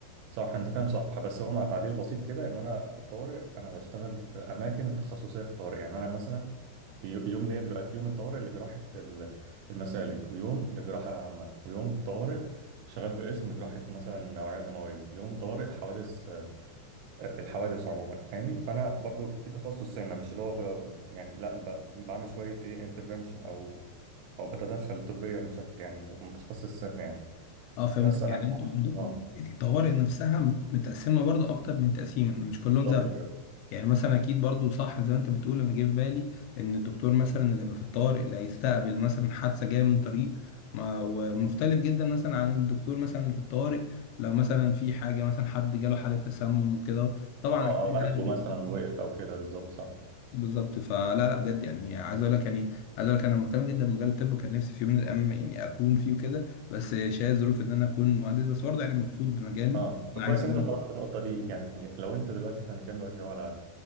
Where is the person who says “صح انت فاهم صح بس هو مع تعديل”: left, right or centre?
Right